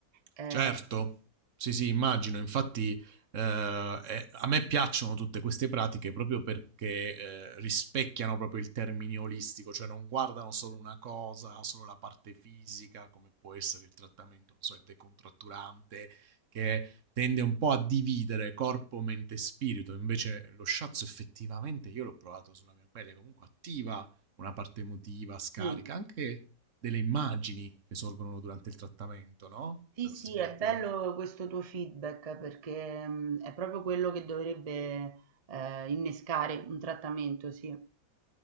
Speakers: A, on the right (about 75°); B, on the right (about 50°).
A: Ehm,
B: Certo, sì, sì, immagino. Infatti, eh, eh, a me piacciono tutte queste pratiche proprio perché eh, rispecchiano proprio il termine olistico, cioè non guardano solo una cosa, solo la parte fisica, come può essere il trattamento, non so, il decontratturante, che tende un po' a dividere corpo, mente e spirito. Invece lo shiatsu effettivamente, io l'ho provato sulla mia pelle, comunque attiva una parte emotiva, scarica
A: sì.
B: anche delle immagini che sorgono durante il trattamento, no?
A: Sì,
B: Non
A: sì,
B: so se
A: è
B: mi
A: bello
B: ti è mai capitato.
A: questo tuo feedback perché mh, è proprio quello che dovrebbe eh, innescare un trattamento, sì.